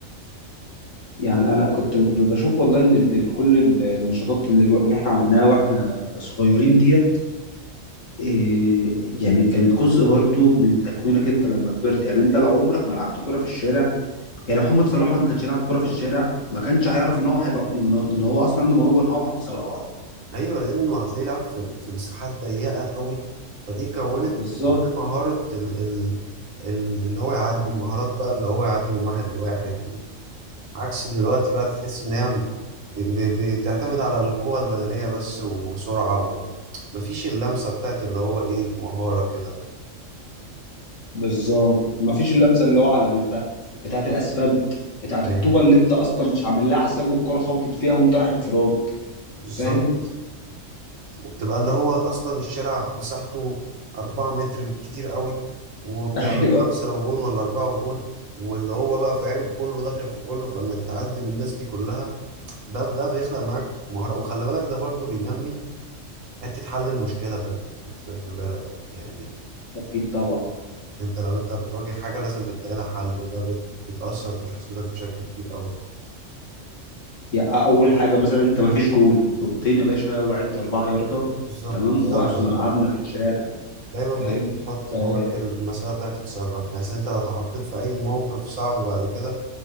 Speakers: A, on the left; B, on the right.
A: يعني انا كنت ب- بشوف والله ان ال- ال- كل ال- النشاطات اللي, الو- اللي احنا عملناها واحنا صغيرين ديت إيه يعني كانت جزء برضو من تكوينك انت لما كبرت يعني انت لو عمرك ما لعبت كرة في الشارع يعني محمد صلاح لما ما كانش لعب كرة في الشارع ما كانش هيعرف ان هو هيبقى ان إن هو اصلا عنده موهبة ان هو محمد صلاح
B: ايوه لانه هتلاقيه لعب في في مساحات ضيقه قوي فدي كونت
A: بالظبط
B: معاه مهاره ال ال ال- اللي هو يعدي المهارات بقى اللي هو يعدي من واحد لواحد عكس دلوقتي بقى بتحس ان هي ب- ب- بتعتمد على القوة البدنية بس وسرعة ومفيش اللمسة بتاعت اللي هو ايه مهارة كده
A: بالظبط مفيش اللمسه اللي هو على ال- بتاعت بتاعت الاسفلت بتاعت
B: ايه
A: الطوبه اللي انت اصلا مش عامل لها حساب والكره خبطت فيها وانت رايح انفراد
B: بالظبط
A: فاهم
B: وبتبقى اللي هو اصلا الشارع مساحته 4 متر بالكتير قوي وبتلعبوا
A: <laughs> ايوه
B: خمسة وجون ولا أربعة وجون واللي هو بقى فاهم كله داخل في كله فإنك تعدي من الناس دي كلها ده ده بيخلق معاك مهارة وخلي بالك ده برضو بينمي حتة حل المشكلة في, في, في, في, في بالك يعني
A: اكيد طبعا
B: أنت لو أنت بتواجه حاجة لازم بتلاقي لها حل ده بت بتأثر في شخصيتك بشكل كبير أوي
A: يعني اول حاجة مثلا انت ما فيش جون طوبتين يا باشا وعد اربعة ياردة
B: بالظبط
A: تمام
B: تصرف
A: ووقفنا بالظبط لعبنا في الشارع
B: دايما
A: فاهم
B: بت- بتحط
A: آه
B: جواك المسألة بتاعت تتصرف بحيث أنت لو اتحطيت في أي موقف صعب بعد كده